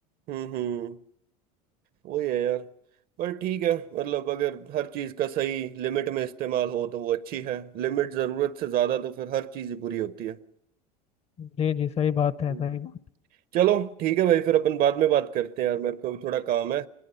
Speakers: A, on the right (about 50°); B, on the left (about 30°).
A: हम्म हम्म वही है यार पर ठीक है मतलब अगर हर चीज का सही लिमिट में इस्तेमाल हो तो वो अच्छी है लिमिट जरूरत से ज्यादा तो फिर हर चीज ही बुरी होती है
B: जी जी सही बात है
A: हम्म।
B: सही बात
A: चलो ठीक है भाई फिर अपन बाद में बात करते हैं यार मेरे को भी थोड़ा काम है